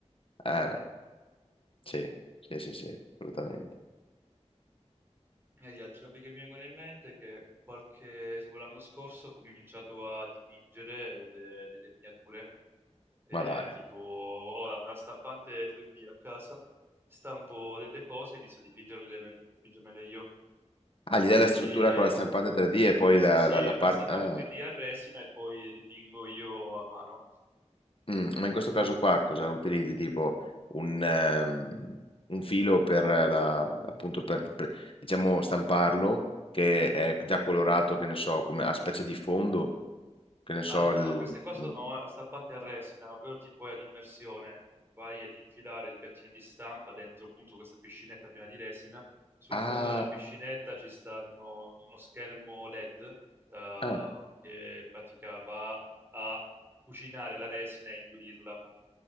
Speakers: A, on the right; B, on the left.
A: ci
B: Eh,
A: sta, eh.
B: sì, sì, sì, sì, assolutamente.
A: E di altri hobby che mi vengono in mente è che qualche, tipo l'anno scorso ho cominciato a dipingere de- delle miniature, eh,
B: Ma dai.
A: tipo ho la- una stampante 3D a casa, stampo delle cose e inizio a dipingerle, mele- dipingermele io.
B: Ah, gli
A: Quindi
B: dai la struttura
A: eh,
B: con la stampante 3D e poi
A: sì
B: la,
A: sì,
B: la, la
A: una
B: parte...
A: stampante
B: Ah.
A: 3D a resina e poi dipingo io a mano.
B: Mm, ma in questo caso qua cosa utilizzi? Tipo un, ehm, un filo per la, appunto per, per, diciamo stamparlo che è già colorato, che ne so, come a specie di fondo, che ne so,
A: Ah, no,
B: il-
A: no, no, queste qua sono
B: mm.
A: una stampante a resina, ovvero tipo è ad immersione. Vai ad infilare il piattino di stampa dentro appunto questa piscinetta piena di resina. Sul
B: ah,
A: fondo della piscinetta ci stanno uno schermo LED, eh,
B: ah,
A: che in pratica va a cucinare la resina e indurirla.